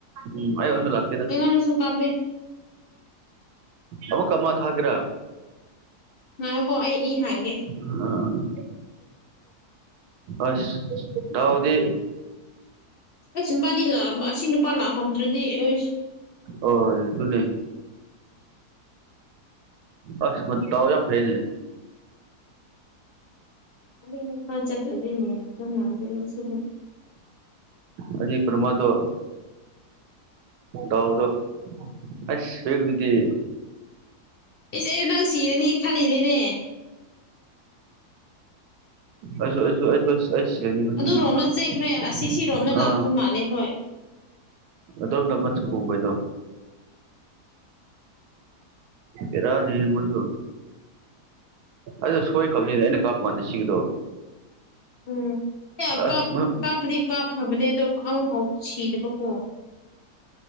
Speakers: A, on the right; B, on the left.
A: ꯎꯝ ꯑꯩ ꯑꯣꯏꯅ ꯂꯥꯛꯀꯦ
B: <unintelligible>
A: ꯑꯃꯨꯛꯀꯥ ꯑꯃ ꯊꯥꯒꯦꯔꯥ
B: ꯉꯥꯏꯈꯣꯀꯣ ꯑꯩ ꯏ ꯍꯥꯟꯒꯦ
A: <unintelligible> ꯑꯁ ꯗꯥꯎꯗꯤ
B: <unintelligible>
A: ꯑꯣꯏ ꯑꯗꯨꯅꯦ ꯑꯁ ꯃꯥ ꯗꯥꯎ ꯌꯥꯝ ꯐꯩꯅꯦ
B: <unintelligible>
A: ꯑꯩꯒꯤ ꯀꯩꯅꯣꯝꯃꯗꯣ ꯗꯥꯎꯗꯣ ꯑꯁ ꯍꯧꯖꯤꯛꯀꯤꯗꯨꯗꯤ
B: ꯏꯁ ꯑꯩꯗꯨ ꯅꯪ ꯁꯤꯔꯅꯤ ꯈꯜꯂꯤꯅꯤꯅꯦ
A: ꯑꯩꯁꯨ ꯑꯩꯁꯨ ꯑꯩ ꯁꯤꯔꯥꯅꯤ ꯈꯟꯕꯅꯤ
B: ꯑꯗꯨꯔꯣꯝꯗ ꯆꯦꯟꯈ꯭ꯔꯦ ꯑꯁꯤ ꯁꯤꯔꯣꯝꯗ
A: ꯑꯥ
B: ꯂꯥꯛꯄ ꯍꯣꯏ
A: ꯑꯗꯣꯝꯗ ꯑꯃꯁꯨ ꯄꯨꯕꯩꯗꯣ ꯕꯦꯔꯥꯅꯤꯍꯦ ꯃꯣꯏꯁꯨ ꯑꯗꯨ ꯁꯣꯏꯈꯕꯅꯤꯅꯦ ꯑꯩꯅ ꯀꯥꯞꯄꯀꯥꯟꯗ ꯁꯤꯒꯤꯗꯣ
B: ꯎꯝ
A: ꯑꯁ ꯅꯪ
B: ꯀꯥꯞꯄꯗꯤ ꯀꯥꯞꯈ꯭ꯔꯕꯅꯦ ꯑꯗꯣ ꯑꯃꯐꯥꯎ ꯁꯤꯗꯕꯀꯣ